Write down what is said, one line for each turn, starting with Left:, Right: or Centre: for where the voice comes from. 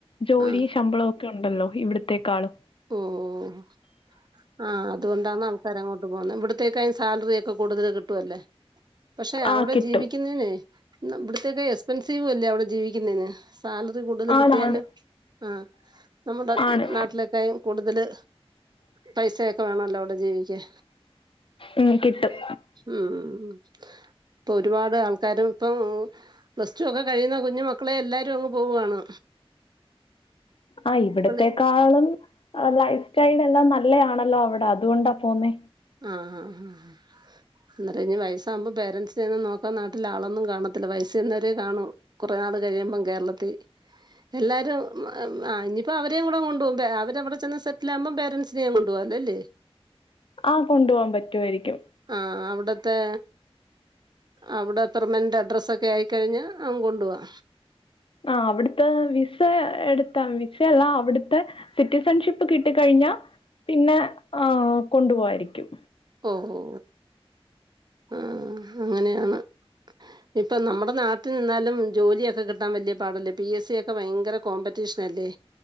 Left: ജോലി
Right: ആ
Left: ശമ്പളൊക്കെ ഉണ്ടല്ലോ ഇവിടത്തേക്കാളും
Right: ഉം ഉം ഉം ആഹ് അതുകൊണ്ടാണ് ആൾക്കാര് അങ്ങോട്ട് പോകുന്നത് ഇവിട്ത്തേക്കാളും സാലറി ഒക്കെ കൂടുതല് കിട്ടുവല്ലേ പക്ഷെ
Left: ആഹ്
Right: അവിടെ
Left: കിട്ടും
Right: ജീവിക്കുന്നെനേ ഇവിട്ത്തെ ഒര് എസ്പെൻസീവ് ഇല്ലേ അവിടെ ജീവിക്കുന്നതിന് സാലറി കൂടുതല്
Left: ആണാണ്
Right: കിട്ടിയാലും ആഹ് നമ്മുടെ
Left: ആണ്
Right: നാട്ടിലെ ലേയും കൂടുതല് പൈസയൊക്കെ വേണല്ലോ ഔടെ ജീവിക്കാൻ
Left: ഉം കിട്ടും
Right: ഉം പ്പോ ഒരുപാട് ആൾക്കാരും ഇപ്പം പ്ലസ്ടു ഒക്കെ കഴിയുന്ന കുഞ്ഞു മക്കളെ എല്ലാരും അങ്ങ് പോവാണ്
Left: ആഹ് ഇവിടത്തെക്കാളും
Right: വിളി
Left: ലൈഫ് സ്റ്റൈല് എല്ലാം നല്ലെയാണല്ലോ അവിടെ അതുകൊണ്ടാ പോവുന്നെ
Right: ആഹ് ആഹ് ആഹ് ന്നേരം ഇഞ്ഞ് വയസ്സാവുമ്പോ പേരൻസിനെ ഒന്നും നോക്കാൻ നാട്ടില് ആളൊന്നും കാണത്തില്ല വയസ്സ് ചേന്നവരെ കാണൂ കൊറെ നാള് കഴിയുമ്പം കേരളത്തി എല്ലാരും ആഹ് ഇഞ്പ്പം അവരെ കൂടെ കൊണ്ടു പോകും അവര് അവിടെ ചെന്ന് സെറ്റില് ആകുമ്പം പേരൻസിനെയും കൊണ്ടു പോകും അല്ലല്ലേ
Left: ആഹ് കൊണ്ടു പോവാൻ പറ്റുവായിരിക്കും
Right: ആഹ് അവിട്ത്തെ അവിടെ അത്തർമെന്റ് അഡ്രസ്സ് ഒക്കെ ആയിക്കഴിഞ്ഞാ അങ്ങ് കൊണ്ടു പോവാ
Left: ആഹ് അവിട്ത്തെ വിസ എടുത്താ വിസയല്ല അവിട്ത്തെ സിറ്റിസൺ ഷിപ്പ് കിട്ടി കഴിഞ്ഞാ പിന്നെ ആഹ് കൊണ്ടുപോവായിരിക്കും
Right: ഓഹോ ആഹ് അങ്ങനെയാണ് ഇപ്പം നമ്മുടെ നാട്ടിൽ നിന്നാലും ജോലിയൊക്കെ കിട്ടാൻ വെല്ല്യേ പാടല്ലേ പി എ സി ഒക്കെ ഭയങ്കര കോമ്പറ്റീഷനല്ലെ